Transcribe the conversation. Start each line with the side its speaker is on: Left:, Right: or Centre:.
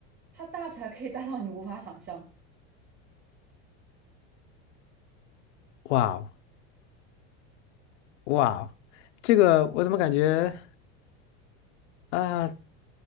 Right: 它大起来可以大到你无法想象。
Left: 哇哦！哇，这个我怎么感觉啊，